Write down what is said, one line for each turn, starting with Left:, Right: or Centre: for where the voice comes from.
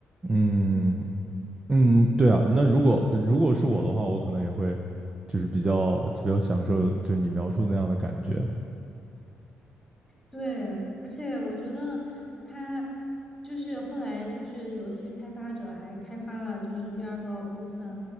Right: 嗯，嗯，对啊，那如果如果是我的话，我可能也会就是比较就比较享受，就你描述那样的感觉。
Centre: 对，而且我觉得他就是后来就是游戏开发者还开发了就是第二个部分，